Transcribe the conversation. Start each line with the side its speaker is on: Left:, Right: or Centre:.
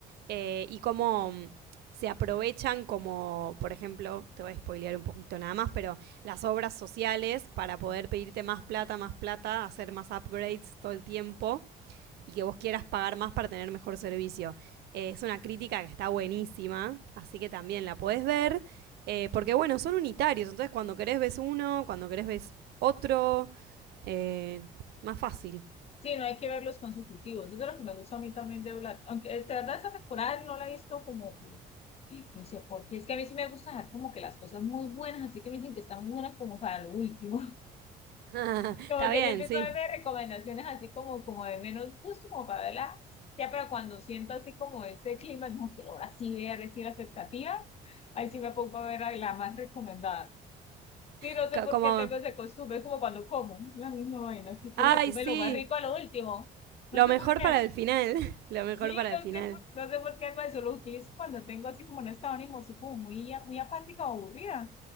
Right: eh, y cómo mm, se aprovechan como, por ejemplo, te voy a spoilear un poquito nada más, pero las obras sociales para poder pedirte más plata, más plata, hacer más upgrades todo el tiempo y que vos quieras pagar más para tener mejor servicio. Eh, es una crítica que está buenísima, así que también la podés ver, eh, porque bueno, son unitarios, entonces cuando querés ves uno, cuando querés ves otro, eh, más fácil.
Left: Sí, no hay que ver los consecutivos. Eso es de lo que me gusta a mí también de Black. Aunque de verdad esta temporada no la he visto como, como- no sé, porque es que a mí sí me gusta dejar como que las cosas muy buenas, así que me dicen que están muy buenas como para lo último.
Right: <laughs>
Left: Como
Right: está
Left: que
Right: bien,
Left: yo empiezo
Right: sí.
Left: a ver recomendaciones así como, como de menos justo, como para verla. Ya, pero cuando siento así como ese clima, no quiero ahora sí ver, decir la expectativa, ahí sí me pongo a ver a la más recomendada. Sí, no
Right: <laughs>
Left: sé por
Right: como,
Left: qué tengo ese costumbre, es como cuando como, la misma vaina, así que
Right: ay,
Left: uno se come
Right: sí,
Left: lo más rico a lo último. No
Right: Lo
Left: sé
Right: mejor
Left: por qué.
Right: para el final. <laughs> Lo
Left: Sí,
Right: mejor para
Left: no
Right: el final.
Left: sé por, no sé por qué, pero eso lo utilizo cuando tengo así como un estado de ánimo, así como muy, a- muy apática o aburrida